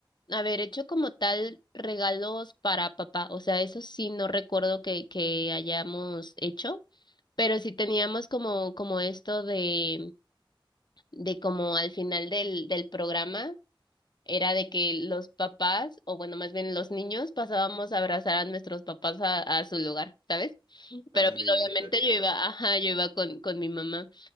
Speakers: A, on the left; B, on the right.
A: haber hecho como tal regalos para papá. O sea, eso sí no recuerdo que, que hayamos hecho, pero sí teníamos como, como esto de, de como al final del, del programa, era de que los papás, o bueno, más bien los niños, pasábamos a abrazar a nuestros papás a, a su lugar, ¿sabes?
B: <laughs>
A: Pero
B: Tan
A: pues
B: linda,
A: obviamente
B: claro.
A: yo iba, ajá, yo iba con, con mi mamá.